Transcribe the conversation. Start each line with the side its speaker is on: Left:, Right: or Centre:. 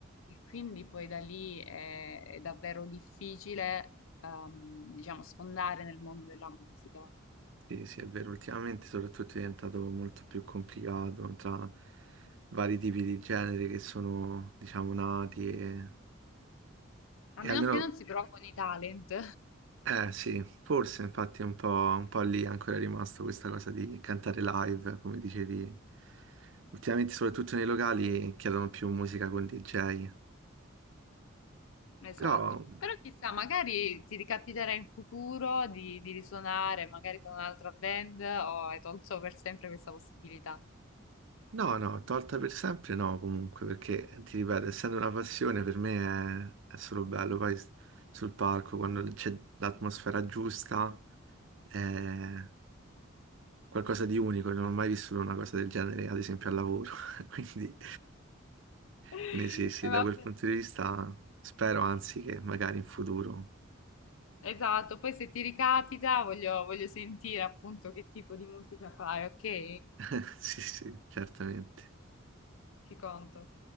Left: e quindi poi da lì è, è davvero difficile, ehm, diciamo, sfondare nel mondo della musica.
Right: sì, sì, è vero. Ultimamente soprattutto è diventato molto più complicato tra vari tipi di genere che sono, diciamo, nati e, e
Left: A meno
Right: almeno
Left: che non si provi con i talent,
Right: Eh sì, forse infatti un po', un po' lì ancora è rimasto questa cosa di cantare live, come dicevi. Ultimamente, soprattutto nei locali, chiedono più musica con DJ.
Left: <laughs> esatto.
Right: Però,
Left: Però chissà, magari ti ricapiterà in futuro di, di risuonare, magari con un'altra band, o hai tolto per sempre questa possibilità.
Right: no, no, tolta per sempre no, comunque, perché ti ripeto, essendo una passione, per me è, è solo bello. Poi s- sul palco, quando c'è l'atmosfera giusta, eh, qualcosa di unico, non ho mai vissuto una cosa del genere, ad esempio al lavoro. <laughs> Quindi,
Left: <laughs>
Right: quindi sì, sì,
Left: Vabbè,
Right: da quel punto di vista spero, anzi, che magari in futuro.
Left: Esatto, poi se ti ricapita voglio, voglio sentire appunto che tipo di musica fai, ok?
Right: <laughs> Sì, sì, certamente.
Left: Ci conto.